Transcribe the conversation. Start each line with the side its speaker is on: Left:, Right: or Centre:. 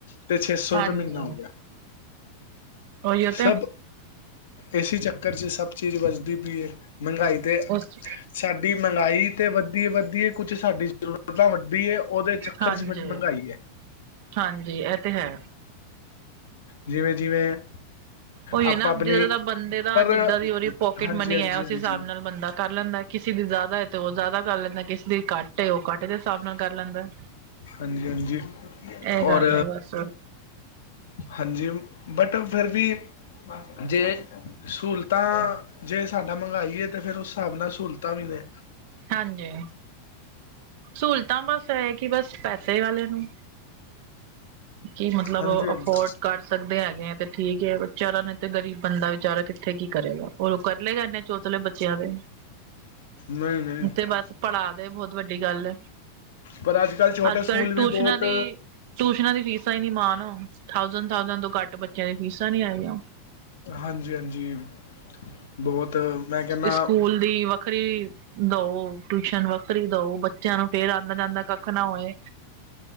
Left: ਤੇ ਛੇ ਸੌ
Right: ਹਾਂਜੀ,
Left: ਮਹੀਨਾ ਹੋ ਗਿਆ
Right: ਉਹੀਓ ਤੇ
Left: ਸਚ ਇਸੇ ਚੱਕਰ 'ਚ, ਸਭ ਚੀਜ਼ ਵਜਦੀ ਪਈ ਏ ਮਹਿੰਗਾਈ ਤੇ
Right: ਉਸ
Left: ਸਾਡੀ ਮਹਿੰਗਾਈ ਤੇ, ਵੱਧੀ ਵੱਧੀਏ ਕੁਛ ਸਾਡੀ ਜ਼ਰੂਰਤਾਂ ਵੱਡੀ ਏ ਉਹਦੇ ਚੱਕਰ
Right: ਹਾਂਜੀ,
Left: ਚ ਬੜੀ ਮਹਿੰਗਾਈ ਐ।
Right: ਹਾਂਜੀ ਤੇ ਹੈ
Left: ਜਿਵੇਂ ਜਿਵੇਂ,
Right: ਉਹੀ
Left: ਆਪਾਂ
Right: ਹੈ ਨਾ,
Left: ਆਪਣੀ
Right: ਜਿੱਦਾ ਜਿੱਦਾ ਬੰਦੇ ਦਾ
Left: ਪਰ
Right: ਜਿੱਦਾਂ ਦੀ ਉਹਦੀ ਪੋਕਿਟ
Left: ਹਾਂਜੀ
Right: ਮਨੀ
Left: ਹਾਂਜੀ
Right: ਹੈ, ਉਸ
Left: ਹਾਂਜੀ
Right: ਹਿਸਾਬ ਨਾਲ ਬੰਦਾ ਕਰ ਲੈਂਦਾ। ਕਿਸੇ ਦੀ ਜ਼ਿਆਦਾ, ਹੈ ਤੇ ਉਹ ਜ਼ਿਆਦਾ ਕਰ ਲੈਂਦਾ, ਕਿਸੇ ਦੀ ਘੱਟ ਉਹ ਕੱਟ ਦੇ ਹਿਸਾਬ ਨਾਲ, ਕਰ ਲੈਂਦਾ।
Left: ਹਾਂਜੀ ਹਾਂਜੀ
Right: ਇਹ ਗੱਲ
Left: ਔਰ
Right: ਹੈ ਬਸ
Left: ਹਾਂਜੀ, ਬਟ ਫਿਰ ਵੀ ਜੇ, ਸਹੂਲਤਾਂ ਜੇ ਸਾਬ ਮੰਹਗਾਈ ਏ ਤਾਂ, ਫੇਿਰ ਉਸ ਹਿਸਾਬ ਨਾਲ ਸਹੂਲਤਾਂ ਵੀ, ਨੇ
Right: ਹਾਂਜੀ ਸਹੂਲਤਾਂ ਬਸ ਇਹ ਕਿ, ਬਸ ਪੈਸੇ ਵਾਲੇ ਨੂੰ। ਕਿ, ਮਤਲਬ
Left: ਹਾਂਜੀ ਹਾਂਜੀ
Right: ਅਫੋਰਡ ਕਰ ਸਕਦੇ ਹੈਗੇ ਆ ਤੇ ਠੀਕ, ਵਿਚਾਰਾ ਨੇ ਤੇ ਗਰੀਬ ਬੰਦਾ ਵਿਚਾਰਾ ਕਿੱਥੇ ਕੀ ਕਰੇਗਾ। ਉਹ ਕਰ, ਲਏ ਗਏ ਤੋਂਤਲੇ, ਬੇ ਚਲੋ,
Left: ਨਹੀਂ ਨਹੀਂ
Right: ਉਹ ਤੇ ਬਸ ਪੜ੍ਹਾ ਦੇ ਬਹੁਤ ਵੱਡੀ ਗੱਲ, ਐ
Left: ਪਰ ਕੱਲ੍ਹ ਛੋਟੇ
Right: ਅੱਜ
Left: ਸਕੂਲ
Right: ਕੱਲ੍ਹ
Left: ਵੀ
Right: ਟਿਊਸ਼ਨਾਂ
Left: ਬਹੁਤ
Right: ਦੀ? ਟਿਊਸ਼ਨਾਂ ਦੀਆ ਫੀਸਾਂ ਹੀ ਨੀ ਮਾਣ, ਥੋਜਨਟ ਥੋਜਨਟ ਤੋਂ ਘੱਟ ਬੱਚਿਆਂ ਦੀ ਫੀਸਾਂ ਨੀ, ਹੈਗੀਆ।
Left: ਹਾਂਜੀ-ਹਾਜੀ ਬਹੁਤ ਮੈਂ ਕਹਿੰਣਾ
Right: ਸਕੂਲ ਦੀ ਵੱਖਰੀ ਦਓ, ਟਿਊਸ਼ਨ ਵੱਖਰੀ ਦਓ, ਬੱਚਿਆਂ ਨੂੰ ਫਿਰ ਆਉਂਦਾ ਜਾਂਦਾ ਕੱਖ ਨਾ ਹੋਏ